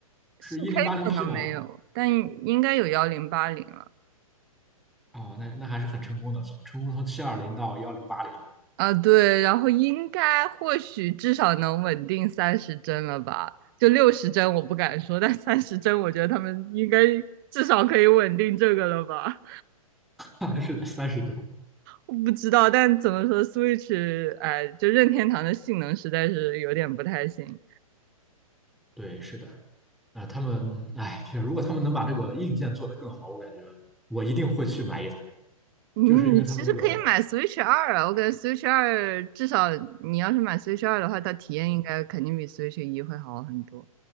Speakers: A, in the centre; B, on the right.
A: 是一零八零
B: 4K 可能没有，
A: P 吗？
B: 但应该有幺零八零了
A: 哦，那那还是很成功的，从成功从七二零到幺零八零
B: 啊。对，然后应该或许至少能稳定三十帧了吧？就六十帧我不敢说，但三十帧我觉得他们应该至少可以稳定这个了吧？
A: 了，<laughs> 是的，三十帧，
B: 我不知道，但怎么说，Switch，哎，就任天堂的性能实在是有点不太行。
A: 对，是的，啊、他们，哎，其实如果他们能把这个硬件做得更好，我感觉我一定会去买一台的，
B: 你你其实可以买
A: 就是因为他们这个，
B: Switch 二啊，我感觉 Switch 二至少你要是买 Switch 二的话，它体验应该肯定比 Switch 一会好很多。